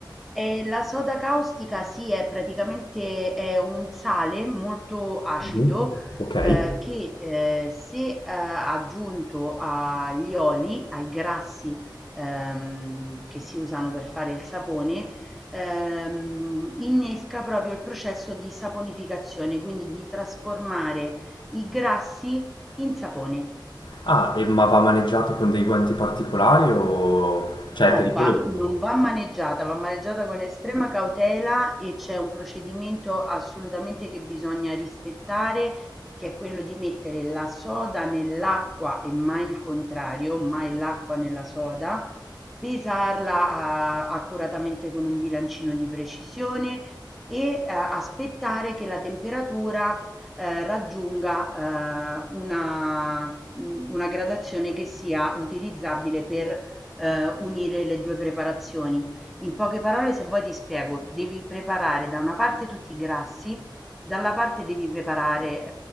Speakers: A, in the centre; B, on the left.
A: E la soda caustica sì, è praticamente è un sale molto acido,
B: Mhm. Ok.
A: ehm, che, ehm, se, ehm, aggiunto agli oli, ai grassi, ehm, che si usano per fare il sapone, ehm, innesca proprio il processo di saponificazione, quindi di trasformare i grassi in sapone.
B: Ah, e- ma va maneggiato con dei guanti particolari o... cioè
A: No,
B: è pericoloso?
A: va- non va maneggiata, va maneggiata con estrema cautela e c'è un procedimento assolutamente che bisogna rispettare, che è quello di mettere la soda nell'acqua e mai il contrario, mai l'acqua nella soda, pesarla ah, accuratamente con un bilancino di precisione e eh, aspettare che la temperatura eh, raggiunga eh, una, una gradazione che sia utilizzabile per eh, unire le due preparazioni. In poche parole, se vuoi ti spiego, devi preparare da una parte tutti i grassi, dalla parte devi preparare